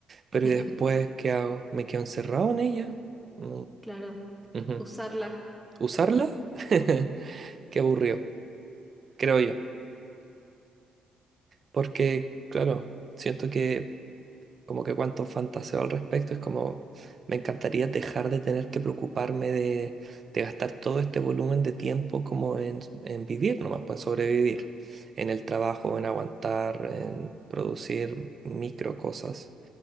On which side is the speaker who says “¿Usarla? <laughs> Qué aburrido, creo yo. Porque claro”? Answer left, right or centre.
Right